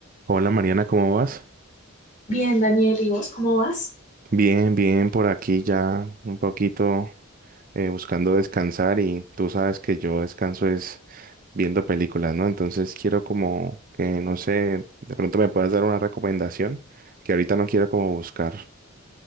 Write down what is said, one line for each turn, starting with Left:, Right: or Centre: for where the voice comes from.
Right: Hola Mariana, ¿cómo vas?
Left: Bien, Daniel, ¿y vos cómo vas?
Right: Bien, bien, por aquí ya un poquito eh, buscando descansar y tú sabes que yo descanso es viendo películas, ¿no? Entonces quiero como que, no sé, de pronto me puedas dar una recomendación que ahorita no quiero como buscar.